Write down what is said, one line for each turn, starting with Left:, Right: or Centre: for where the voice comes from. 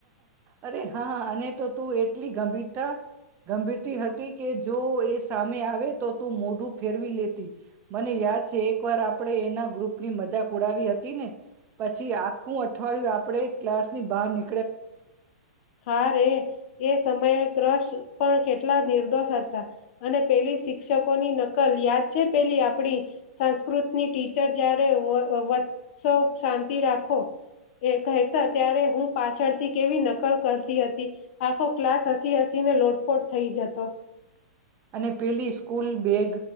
Right: અરે હા અને તો તું એટલી ગંભીરતા ગંભીરતી હતી કે જો એ સામે આવે તો તું મોઢું ફેરવી લે તી મને યાદ છે એક વાર આપણે એના ગ્રુપ ની મજા ઉડાવી હતી ને? પછી આખું અઠવાડિયું આપડે ક્લાસની બહાર ની
Left: હા રે એ સમયે ત્રસ પણ કેટલા નિર્દોષ હતા અને પેલી શિક્ષકોની નકલ યાદ છે પેલી આપણી સંસ્કૃતની ટીચર જ્યારે વત વત્સવ શાંતિ રાખો એ કહેતા ત્યારે હું પાછળથી કેવી નકલ કરતી હતી આખો ક્લાસ હસી હસીને લોટપોટ થઈ જતો.
Right: અને પેલી સ્કૂલ બેગ